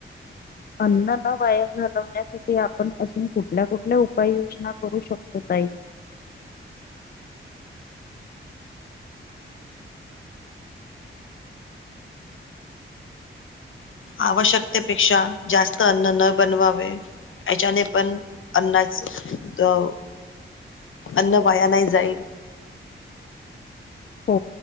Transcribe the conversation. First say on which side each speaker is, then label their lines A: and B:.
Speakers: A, on the left; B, on the left.
A: अन्न न वाया घालवण्यासाठी आपण अजून कुठल्या कुठल्या उपाययोजना करू शकतो ताई.
B: आवश्यकतेपेक्षा जास्त अन्न न बनवावे याच्याने पण अन्नाच अ अन्न वाया नाही जाईल.
A: हो